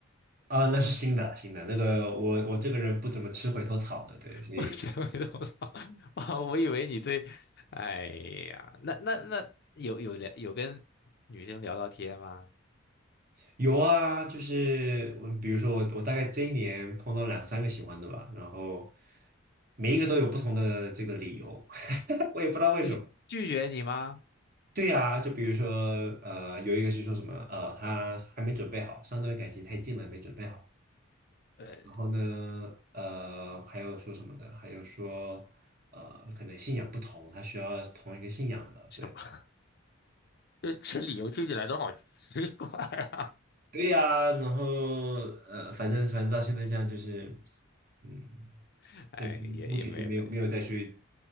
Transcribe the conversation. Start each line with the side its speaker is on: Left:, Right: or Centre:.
Right: 啊，那是新的新的那个我我这个人不怎么吃回头草的，对，
Left: <laughs>
Right: 所以。
Left: 我真没懂啊，<laughs> 我以为你对，哎呀，那那那有有聊有跟女生聊到天吗？
Right: 有啊，就是嗯，比如说我我大概这一年碰到两三个喜欢的吧，然后每一个都有不同的这个理由，<laughs> 我也不知道为什么。
Left: 拒拒绝你吗？
Right: 对呀，就比如说呃，有一个是说什么呃，他还没准备好，上段感情太近了，没准备好。
Left: 呃，
Right: 然后呢，呃，还有说什么的，还有说呃，可能信仰不同，他需要同一个信仰的，
Left: 什么？
Right: 对。
Left: 这这理由听起来都好奇怪啊！
Right: 对呀，然后呃，反正反正到现在这样就是，嗯。
Left: <laughs> 哎，
Right: 也目前就没有没有再去
Left: 也也没没，